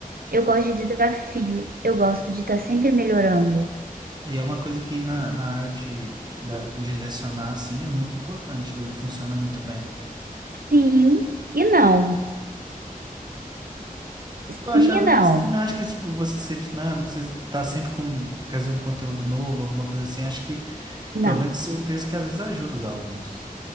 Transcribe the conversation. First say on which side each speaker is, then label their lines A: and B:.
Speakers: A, on the right; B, on the right.
A: Eu gosto de desafio. Eu gosto de estar sempre melhorando.
B: E é uma coisa que na, na área de, da- de lecionar, assim, é muito importante, né? Funciona muito bem.
A: Sim e não. Sim
B: Eu achava
A: e não.
B: que sim, eu acho que tipo, você ser dinâmico, você tá sempre com trazer um conteúdo novo, alguma coisa assim, acho que,
A: Não.
B: pelo menos eu penso que às vezes ajuda os alunos,